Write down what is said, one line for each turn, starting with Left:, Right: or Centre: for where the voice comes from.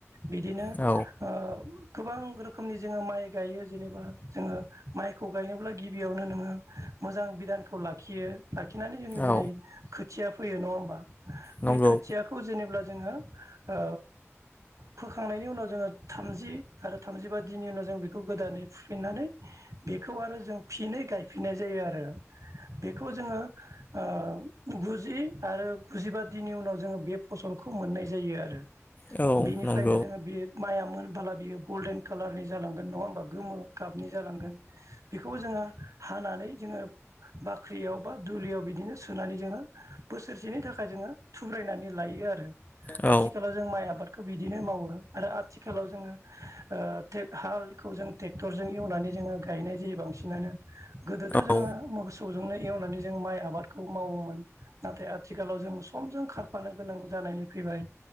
Right: बिदि
Left: औ
Right: ओ। गोबां रोखोमनि जोङो माइ गायो जेनेबा जोङो माइखौ गायनोब्ला गिबियावनो नोङो। मोजां बिडानखौ लाखियो। लाखिनानै जोङो दिनै
Left: औ
Right: खोथिया फैयो नङा होमबा
Left: नंगौ
Right: बै खोथियाखौ जेनेब्ला जोङो ओ फोखांनायनि उनाव जोङो थामजि आरो थामजिबा दिननि उनाव जों बेखौ गोदानै फुफिननानै बेखौ आरो जों फिनै गायफिननाय जायो आरो। बेखौ जोङो ओ गुजि आरो गुजिबा दिनि उनाव जोङो बे फसल खौ मोननाय जायो आरो
Left: औ
Right: बेनिफ्रायनो
Left: नंगौ
Right: जोङो बे माइआ मोनबोला बियो गल्डेन कालारनि जालांगोन नङा होमा गोमो गाबनि जालांगोन बेखौ जोङो हानानै जोङो। बाख्रियाव बा दुलियाव बिदिनो सुनानै जोङो बोसोरसेनि थाखाय जोङो थुब्रायनानै लायो आरो।
Left: औ
Right: आथिखालाव जों माइ आबादखौ बिदिनो मावो। आरो आथिखालाव जोङो ओ टे हालखौ जों ट्रेक्टरजों एवनानै जोङो गायनाय जायो बांसिनानो। गोदोथ'
Left: औ
Right: जोङो मगस सौजोंनो एवनानै जों माइ आबादखौ मावोमोन नाथाय आथिखालाव जों समजों खारफानो गोनां जा नानैफैबाय